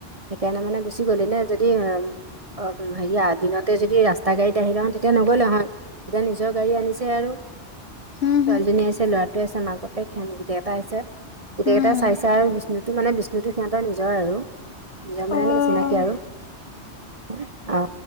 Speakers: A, on the right; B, on the left.
A: সেইকাৰণে মানে গুচি গলি নে যদি অ হেৰি দিনতে যদি ৰাস্তা গাড়ীত আহি লওঁ তেতিয়া নগলে নহয় এতিয়া নিজৰ গাড়ী আনিছে আৰু
B: হু
A: ছোৱালীজনী আছে ল'ৰাটোৱে আছে মাক বাপে ঘান গোটেই এটা আছে গোটেইকেইটা
B: হুম
A: চাইছে আৰু বিষ্ণুটো মানে বিষ্ণুটো সিহঁতৰ নিজৰ আৰু নিজৰ মানে
B: অ'
A: এনেকে চিনাকি আৰু অ